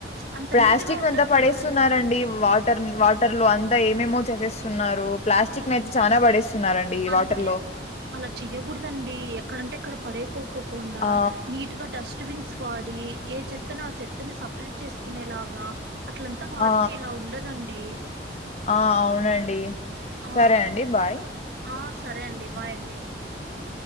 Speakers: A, on the right (about 60°); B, on the left (about 35°).
A: అంత
B: ప్లాస్టిక్
A: నీట్ గా ఉండట్లేదండి
B: ని అంతా పడేస్తున్నండి వాటర్ వాటర్లు అంతా ఏమేమో చేసేస్తున్నారు ప్లాస్టిక్
A: అవునండి
B: ని అయితే చానా పడేస్తున్నారండి
A: అందుకే
B: వాటర్ లో
A: అండి అలా చెయ్యకూడదండి ఎక్కడంటే ఎక్కడ పడేకోక్కకుండా
B: ఆ
A: నీట్ గా డస్ట్బిన్ వాడి ఏ చెత్తను ఆ చెత్తను సపరేట్ చేసుకునేలాగా అట్లంతా వాడితే
B: ఆ
A: ఇలా ఉండదండి
B: ఆ అవునండి
A: ఆ
B: సరే అండి బాయ్
A: ఆ సరే అండి బాయండి
B: ఆ